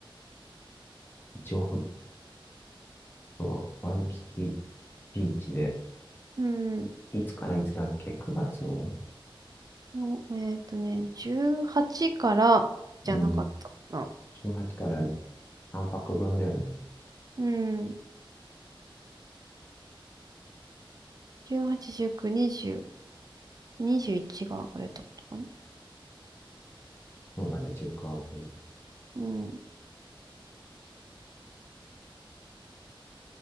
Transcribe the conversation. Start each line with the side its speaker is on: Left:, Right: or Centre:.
Left: 一応、ほんとワイキキビーチで、
Right: うんうん、
Left: いつからいつだっけ ?9 月の
Right: もうえっとね、18からじゃなかったかな。
Left: うん。18から3泊分だよね。
Right: うん、18、19、20、21があれってことかな。
Left: そうだね、チェックアウト。
Right: うん。